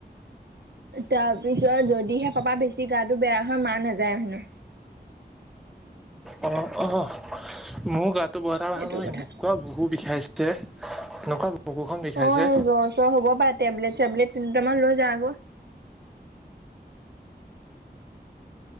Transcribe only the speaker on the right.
তাৰ পিছত যদিহে পাপা বেছি গাটো বেয়া হয় মাৰ নাযায় হেনো।
সেইটো
কথা
অ এ জ্বৰ চ্বৰ হ'ব পাৰে। টেবলেট চেবলেট দুতামান লৈ যায় আক